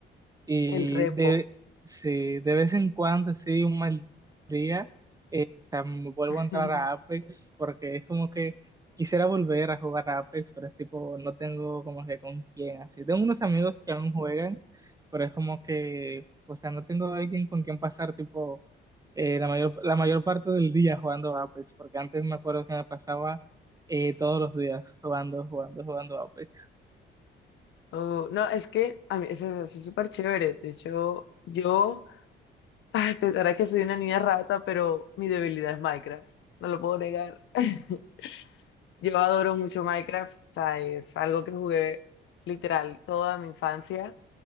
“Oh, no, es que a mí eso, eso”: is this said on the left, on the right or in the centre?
Left